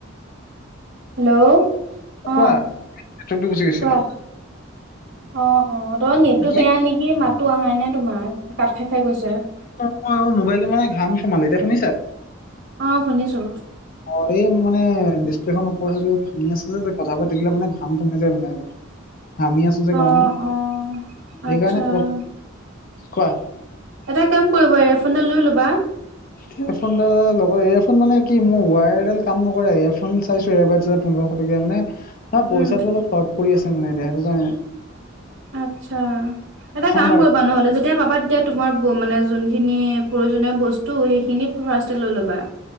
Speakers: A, on the right (about 65°); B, on the left (about 45°).
A: হেল্ল'
B: কোৱা
A: আহ
B: নেটৱৰ্কটো গুচি গৈছিলে
A: কোৱা অ অ তই নেটটো
B: নে কি
A: বেয়া নেকি মাতো অহাই নে তোমাৰ কাঠ খা থাকাকৈ ছাৰ
B: অ অ মোবাইলটো মানে ঘাম সোমালে এতিয়া শুনিছা
A: অ শুনিছো
B: অ মানে ডিছপ্লেনৰ ওপৰত সিও ভাঙি আছে যে কথা পা থাকিলে মানে ঘাম সোমাই যায় মানে অলপ আামি আছো যে
A: অ
B: গৰমত সেইকাৰণে
A: অ আচ্ছা
B: কোৱা
A: এটা কাম কৰিব ৰে ফোনডাল লৈ ল'বা
B: এয়াৰফোনডাল লগৰ এয়াৰফোন মানে কি মোৰ ৱায়াৰডাল কাম নকৰে এয়াৰফোন চাইছো এবাৰ পোন্ধৰ মানে হ
A: উম
B: পইচাটো অলপ কট পৰি আছে মানে এতিয়া সেইটো কাৰণে
A: আত্ছা এটা
B: খাম
A: কাম
B: বাৰু
A: কৰিবা নহ'লে যেতিয়া পাপা এতিয়া তোমাৰ মানে যোনখিনি প্ৰয়োজনীয় বস্তু সেইখিনি ফাৰষ্ট লৈ ল'বা